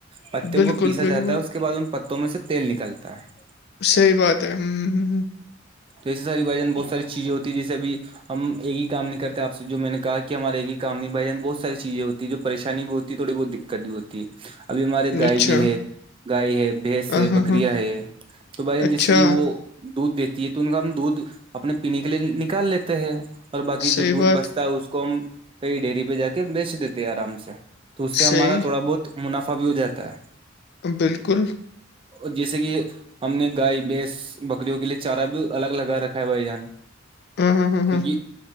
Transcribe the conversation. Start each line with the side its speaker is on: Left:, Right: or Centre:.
Right: پتے
Left: بالکل
Right: کو پیسا
Left: بالکل
Right: جاتا ہے اس کے بعد ان پتوں میں سے تیل نکلتا ہے
Left: صحی بات ہے ہ ہ ہ ہ
Right: تو ایسے ساری بائی جان بہت ساری چیزیں ہوتی ہے جیسے بھیھی ہم ایک ہی کام نہیں کرتے آ سے جو میں نے کہا کہ ہمارا ایک ہی کام نہیں بھ جان بہت ساری چیزیں ہوتی ہیں جو پریشانی بھی ہوتی ہے تھوڑی بہت دقت بھی ہوتی ہے ابھی ہمارے گائے
Left: اچھا
Right: بھی
Left: ہاں،
Right: ہے گائے ہے بھینس ہے
Left: ہاں،
Right: بکریا
Left: ہاں،
Right: ہے تو بھائی جان
Left: اچھا
Right: جیسے کہ وہ دودھ دیتی ہے تو ان کا ہم دودھ اپنے پینے کے لیے نکال لیتے ہیں اور باقی
Left: صحیح
Right: جو دودھ
Left: بات
Right: بچتا ہے اس کو ہم کئی ڈیری پہ جا کے بیچ دیتے ہیں آرام سے تو اس سے ہمارا
Left: صحیح
Right: تھوڑا بہت منافع بھی ہو جاتا ہے
Left: بالکل
Right: اور جیسے کہ ہم نے گائے بھیس بکریوں کے لیے چارہ بھی الگ لگا رکھا ہے بھائی جان
Left: ہاں، ہاں، ہاں،
Right: کیونکہ
Left: ہاں،